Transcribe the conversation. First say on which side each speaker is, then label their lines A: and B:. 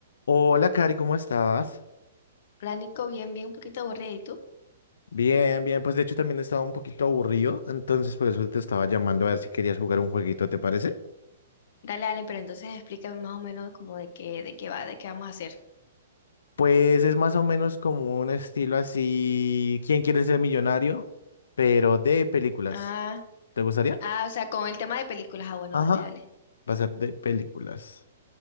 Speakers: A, on the left (about 80°); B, on the left (about 40°).
A: Hola, Cari, ¿cómo estás?
B: Plánico bien, bien, un poquito aburridito.
A: Bien, bien, pues de hecho también estaba un poquito aburrido, entonces por eso te estaba llamando a ver si querías jugar un jueguito, ¿te parece?
B: Dale, dale, pero entonces explícame más o menos como de qué, de qué va, de qué vamos a hacer.
A: Pues es más o menos como un estilo así, ¿Quién quiere ser millonario? Pero de películas.
B: Ah,
A: ¿Te gustaría?
B: ah, o sea, con el tema de películas. Ah, bueno,
A: Ajá,
B: dale, dale.
A: va a ser de películas.